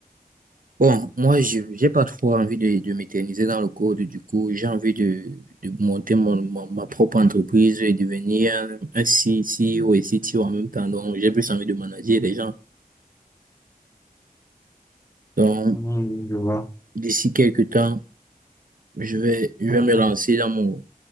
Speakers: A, on the right; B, on the left.
A: Bon, moi, je j'ai pas trop envie de, de m'éterniser dans le code. Du coup, j'ai envie de, de monter mon, mon- ma propre entreprise et devenir un, un C- CEO et CTO en même temps. Donc, j'ai plus envie de manager les gens. Donc,
B: Hum, Je vois.
A: d'ici quelques temps, je vais, je vais me lancer dans mon